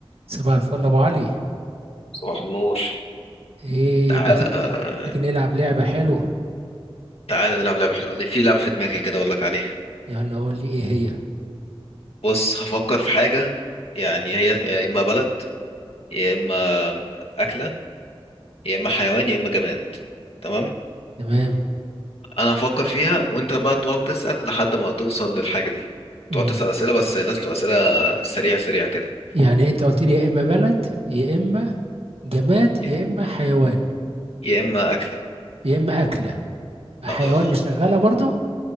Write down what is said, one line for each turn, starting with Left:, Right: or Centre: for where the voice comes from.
Right: صباح الفل يا ابو علي
Left: صباح النور
Right: ايه
Left: تعالى
Right: ما تيجي تيجي نلعب لعبة حلوة
Left: تعالى نلعب لعبة حلوة ليه في لعبة في دماغي كده أقول لك عليها
Right: يلا قول لي ايه هي
Left: بص هفكر في حاجة يعني هي يا إما بلد يا إما أكلة يا إما حيوان يا إما جماد تمام
Right: تمام
Left: أنا هفكر فيها وأنت بقى تقعد تسأل لحد ما توصل للحاجة دي
Right: امم
Left: تقعد تسأل أسئلة بس لازم تبقى أسئلة سريعة سريعة كده
Right: يعني انت قلت لي يا اما بلد يا اما جماد يا
Left: يا
Right: اما حيوان
Left: يا إما أكلة
Right: يا اما اكلة حيوان
Left: آه
Right: نشغلها برضو